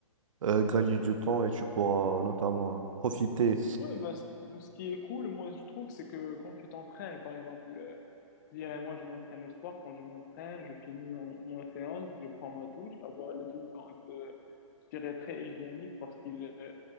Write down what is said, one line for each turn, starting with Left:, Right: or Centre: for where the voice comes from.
Right: euh, gagner du temps et tu pourras notamment euh, profiter.
Left: Ouais, bah, ce qui, ce qui est cool, moi, je trouve, c'est que quand tu t'entraînes, par exemple, Je dirais, moi, je m'entraîne le soir. Quand je m'entraîne, je finis mon, mon séance, je prends ma douche. Là-bas, les douches sont un peu, je dirais, très hygiéniques parce qu'ils euh,